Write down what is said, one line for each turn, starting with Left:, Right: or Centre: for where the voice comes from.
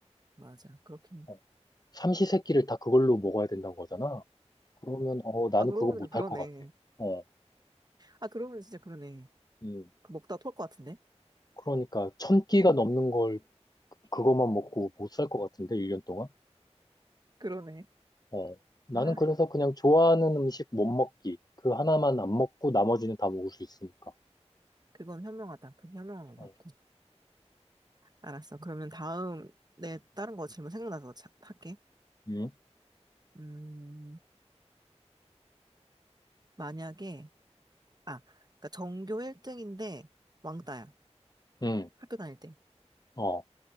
Right: 맞아. 그렇긴.
Left: 어, 삼시세끼를 다 그걸로 먹어야 된다는 거잖아. 그러면 어 나는
Right: 아, 그러고
Left: 그거
Right: 보니까
Left: 못할
Right: 그러네.
Left: 것 같아. 어,
Right: 아, 그러고 보니 진짜 그러네.
Left: 음.
Right: 그 먹다 토할 것 같은데?
Left: 그러니까 천 끼가
Right: 음,
Left: 넘는 걸 그- 그것만 먹고 못 살 것 같은데 1년 동안.
Right: 그러네.
Left: 어, 나는
Right: 아,
Left: 그래서 그냥 좋아하는 음식 못 먹기 그 하나만 안 먹고 나머지는 다 먹을 수 있으니까.
Right: 그건 현명하다. 그게 현명한
Left: 어,
Right: 것 같아. 알았어. 그러면 다음, 내 다른 거 질문 생각나서 자, 할게.
Left: 음,
Right: 음, 만약에, 아, 그러니까 전교 1등인데 왕따야.
Left: 음,
Right: 학교 다닐 때.
Left: 어,